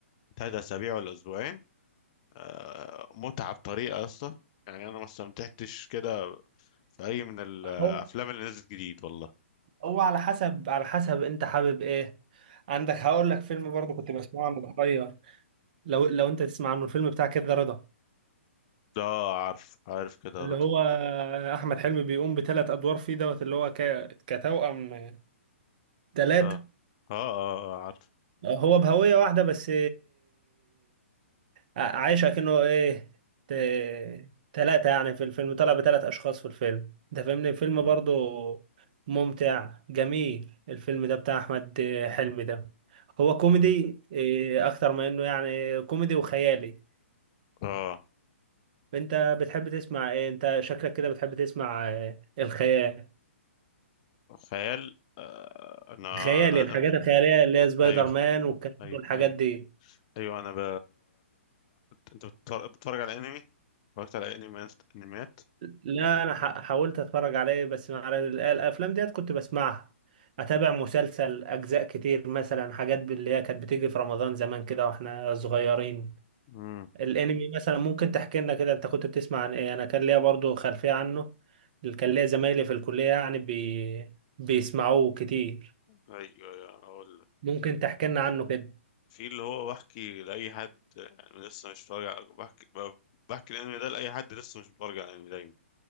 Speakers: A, on the left; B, on the right.
A: تلات اسابيع ولا اسبوعين آه، متعه بطريقه يا اسطى يعني انا ما استمتعتش كده في اي من الافلام
B: هو
A: اللي نزلت جديد والله
B: هو على حسب على حسب انت حابب ايه عندك هقول لك فيلم برضه كنت بسمعه وانا صغير لو لو انت تسمع عنه الفيلم بتاع كده رضا
A: ده عارف عارف كده
B: اللي
A: رضا
B: هو احمد حلمي بيقوم بثلاث ادوار فيه دوت اللي هو ك... كتوأم ثلاثة
A: اه اه اه, آه عارف
B: هو بهوية واحدة بس ع- عايشة كأنه ايه ت... تلاتة يعني في الفيلم طلع بتلات أشخاص في الفيلم ده فاهمني الفيلم
A: مم.
B: برضو ممتع جميل الفيلم ده بتاع أحمد حلمي ده هو كوميدي
A: مم.
B: إيه أكتر ما إنه يعني كوميدي وخيالي
A: اه
B: أنت بتحب تسمع إيه أنت شكلك كده بتحب تسمع إيه؟ الخيال
A: خيال آه انا
B: الخيالي
A: أنا-
B: الحاجات
A: أنا-
B: الخيالية اللي هي سبايدر
A: ايوه
B: مان والكلام
A: ايوه
B: والحاجات
A: ايوه
B: دي
A: ايوه انا ب... انت بتتفرج بتتفرج على انمي اتفرجت على انميات انميات
B: لا انا ح- حاولت اتفرج عليه بس مع ال- الافلام ديت كنت بسمعها اتابع مسلسل اجزاء كتير مثلا حاجات اللي هي كانت بتيجي في رمضان زمان كده واحنا صغيرين
A: امم
B: الانمي مثلا ممكن تحكي لنا كده انت كنت بتسمع عن ايه انا كان ليا برضو خلفية عنه كان ليا زمايلي في الكلية يعني بي... بيسمعوه كتير
A: ايوه ايوه اقول لك
B: ممكن تحكي لنا عنه كده
A: في اللي هو بحكي لاي حد يعني لسه مش متفرج على- بحكي ب- بحكي الانمي ده لاي حد لسه مش متفرج على الانمي دايما